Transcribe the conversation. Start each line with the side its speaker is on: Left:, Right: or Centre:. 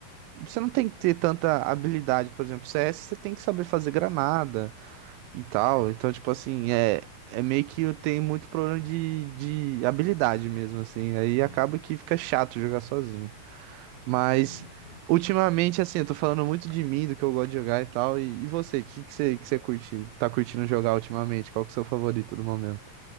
Right: Você não tem que ter tanta habilidade, por exemplo, CS, você tem que saber fazer granada e tal.
Left: sim,
Right: Então, tipo assim, é, é meio que tem muito problema de, de habilidade mesmo, assim. Aí
Left: uhum,
Right: acaba que fica chato jogar sozinho. Mas
Left: sim,
Right: ultimamente, assim, eu tô falando muito de mim, do que eu gosto de jogar e tal. E, e você, o que que você, que você curte, tá curtindo jogar ultimamente? Qual que é o seu favorito do momento?